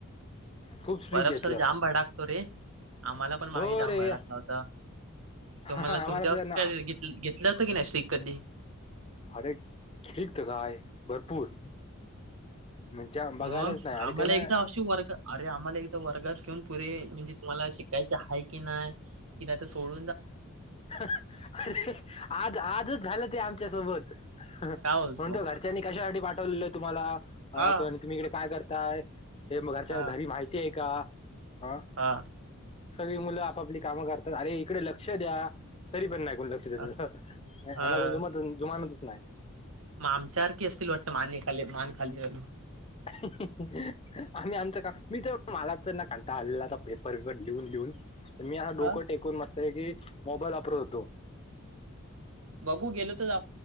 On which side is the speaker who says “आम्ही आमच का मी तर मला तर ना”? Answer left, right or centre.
Left